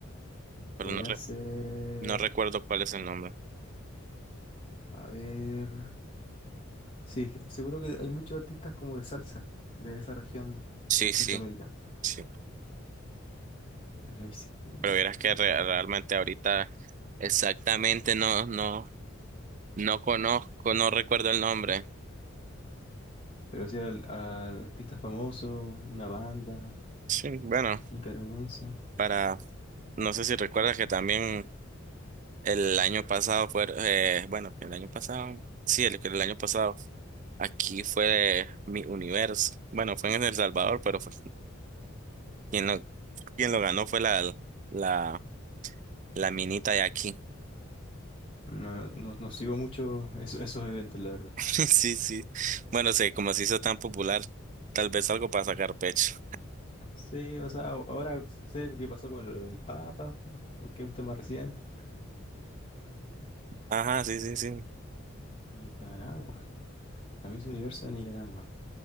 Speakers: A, on the right; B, on the left.
A: pero
B: Podría
A: no, re-
B: ser.
A: no recuerdo cuál es el nombre.
B: A ver. Sí, es que estoy seguro que hay muchos artistas como de salsa de esa región
A: Sí,
B: eh,
A: sí,
B: Centroamérica.
A: sí.
B: a la bicicleta.
A: Pero vieras que
B: <laughs> eh,
A: re- realmente ahorita exactamente no, no, no conozco, no recuerdo el nombre.
B: Pero sí al, al artista famoso, una banda
A: Sí, bueno,
B: nicaragüense.
A: para, no sé si recuerdas que también El año pasado fue, eh, bueno, el año pasado, sí, el, el año pasado, aquí fue mi universo. Bueno, fue en El Salvador, pero fue- quien lo, quien lo ganó fue la, la, la minita de aquí.
B: No, no, no sigo mucho eso- esos eventos, la verdad.
A: <laughs> Sí, sí. Bueno, sé, como se hizo tan popular, tal vez algo para sacar pecho.
B: Sí, o sea, ahora sé qué pasó con lo del Papa, porque es un tema reciente.
A: Ajá, sí, sí, sí.
B: Nicaragua, la Miss Universo de Nicaragua.